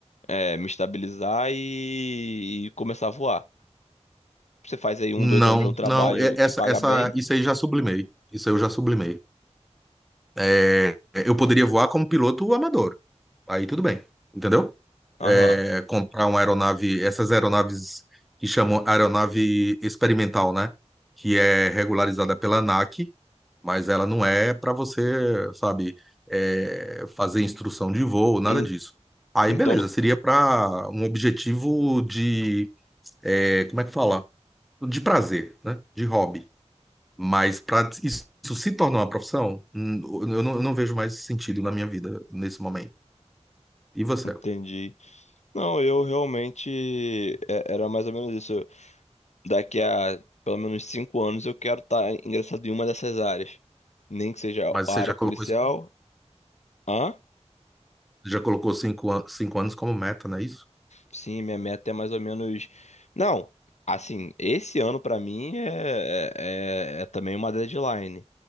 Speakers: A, on the left (about 70°); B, in the centre.
A: é, me estabilizar e, e começar a voar. Você faz aí um,
B: Não,
A: dois anos de um trabalho
B: não. é- Essa,
A: que paga
B: essa,
A: bem.
B: isso aí já sublimei. Isso aí eu já sublimei. É, Eu poderia voar como piloto amador. Aí tudo bem, entendeu?
A: Aham.
B: é, comprar uma aeronave, essas aeronaves que chamam aeronave experimental, né? Que é regularizada pela ANAC, mas ela não é para você, sabe, é, fazer instrução de voo, nada
A: En-
B: disso. Aí,
A: Então,
B: beleza, seria para um objetivo de, é, como é que fala? De prazer, né? De hobby. Mas para isso isso se tornar uma profissão, hum, eu não, eu não vejo mais sentido na minha vida nesse momento. E você?
A: entendi. Não, eu realmente é- era mais ou menos isso. Eu- Daqui a pelo menos cinco anos eu quero estar ingressado em uma dessas áreas. Nem que seja
B: Mas
A: a
B: você
A: área
B: já
A: policial.
B: colocou isso
A: Hã?
B: Já colocou cinco, an- cinco anos como meta, não é isso?
A: Sim, minha meta é mais ou menos. Não, assim, esse ano pra mim é, é, é também uma deadline.